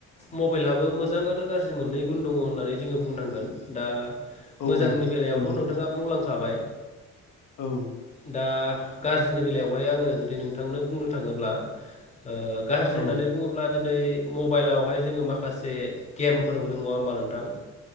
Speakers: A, on the left; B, on the left.
A: मबाइलहाबो मोजां आरो गाज्रि मोननै गुन दङ होननानै जोंङो बुंनांगोन दा
B: औ
A: मोजांनि
B: औ
A: बेलायावथ'
B: नंगौ
A: नोंथाङा बुंलांखाबाय
B: औ
A: दा गाज्रिनि बेलायावहाय आङो जुदि नोंथांनो बुंनो थाङोब्ला। ओ गाज्रि
B: औ
A: होननानै बुङोब्ला। दिनै मबाइलावहाय जोङो माखासे गेमफोर मोनो नङा होमबा नोंथां?